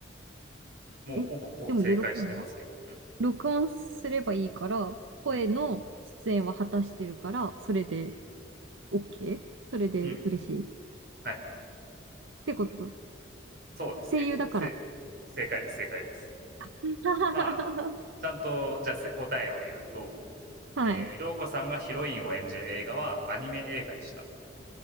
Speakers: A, on the right; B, on the right.
A: もうほぼこう正解してますけど。
B: え、でも喜んだ
A: うん、
B: 録音すればいいから、声の出演は果たしてるから、
A: うん、
B: それで
A: うん、
B: OK? それで嬉しい。
A: うん。
B: っ
A: はい。
B: てこと。
A: そうですね。
B: 声優だから。
A: せ正解です、正解です。
B: <laughs>
A: まあ、ちゃんと、じゃあせ答えを言うと、
B: はい。
A: えー、涼子さんがヒロインを演じる映画はアニメ映画でしたと。